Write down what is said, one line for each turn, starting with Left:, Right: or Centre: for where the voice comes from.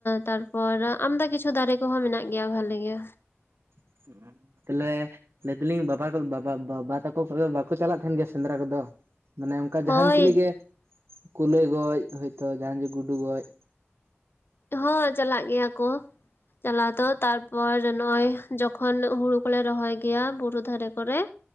Left: ᱛᱟᱨᱯᱚᱨ ᱟᱢᱫᱟ ᱠᱤᱪᱷᱩ ᱫᱟᱨᱮ ᱠᱚᱦᱚᱸ ᱢᱮᱱᱟᱜ ᱜᱮᱭᱟ ᱵᱷᱟᱞᱮ ᱜᱮ᱾
Right: <inaudible> ᱛᱟᱦᱚᱞᱮ ᱞᱟᱹᱭ ᱫᱟᱞᱤᱧ ᱵᱟᱵᱟ ᱛᱟᱠᱚ ᱠᱚᱫᱚ ᱵᱟᱠᱚ ᱪᱟᱞᱟᱜ ᱛᱟᱦᱮᱱ ᱜᱮᱭᱟ ᱥᱮᱸᱫᱽᱨᱟ ᱠᱚᱫᱚ᱾ ᱢᱟᱱᱮ ᱚᱱᱠᱟ
Left: ᱦᱳᱭ
Right: ᱡᱟᱦᱟᱱ ᱪᱤᱞᱤ ᱜᱮ ᱠᱩᱞᱟᱹᱭ ᱜᱚᱡ ᱦᱚᱭᱛᱚ ᱡᱟᱦᱟᱱ ᱪᱤᱞᱤ ᱜᱩᱰᱩ ᱜᱚᱡ,
Left: ᱦᱚᱸ ᱪᱟᱞᱟᱜ ᱜᱮᱭᱟ ᱠᱚ ᱪᱟᱞᱟᱣ ᱫᱚ ᱛᱟᱨᱯᱚᱨ ᱱᱚᱜ-ᱚᱭ ᱡᱚᱠᱷᱚᱱ ᱦᱩᱲᱩ ᱠᱚᱞᱮ ᱨᱚᱦᱚᱭ ᱜᱮᱭᱟ ᱵᱩᱨᱩ ᱫᱷᱟᱨᱮ ᱠᱚᱨᱮ,